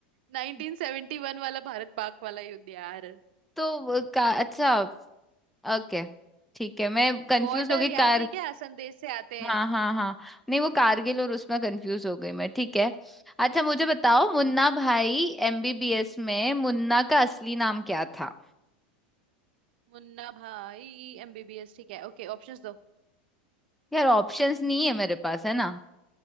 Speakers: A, on the right (about 70°); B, in the centre.
A: नाइनटीन
B: <laughs>
A: सेवेंटी वन वाला भारत पाक वाला युद्ध यार
B: तो का, अच्छा ओके ठीक है मैं कंफ्यूज
A: बॉर्डर
B: हो गई
A: याद
B: कार
A: नहीं क्या संदेश से आते
B: हाँ
A: हैं
B: हाँ हाँ नहीं वो कारगिल और उसमें कंफ्यूज हो गई मैं ठीक है अच्छा मुझे बताओ
A: हम्म
B: मुन्ना भाई एमबीबीएस में मुन्ना का असली नाम क्या था
A: मुन्ना भाई एमबीबीएस ठीक है ओके ऑप्शंस दो
B: यार ऑप्शंस नहीं है मेरे पास है ना